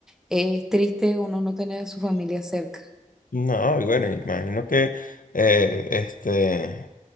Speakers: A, in the centre; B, on the left.
A: es triste uno no tener a su familia cerca.
B: no, y bueno, imagino que eh, este.